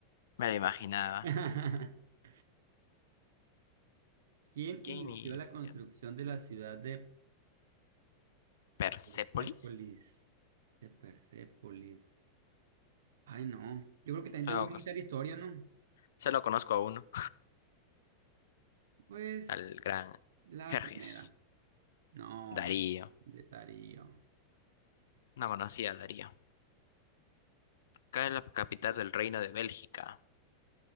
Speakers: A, on the left; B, on the right.
A: Me lo imaginaba.
B: <laughs> ¿Quién
A: ¿Qué
B: inició
A: inició?
B: la construcción de la ciudad de
A: ¿Persépolis?
B: Persépolis? De Persépolis. Ay, no. Yo creo que también
A: Solo,
B: tenemos que quitar historia, ¿no?
A: solo conozco a uno,
B: Pues
A: <laughs> al gran
B: la
A: Jerjes.
B: primera. No,
A: Darío.
B: de Darío.
A: No conocía a Darío. Acá es la capital del Reino de Bélgica.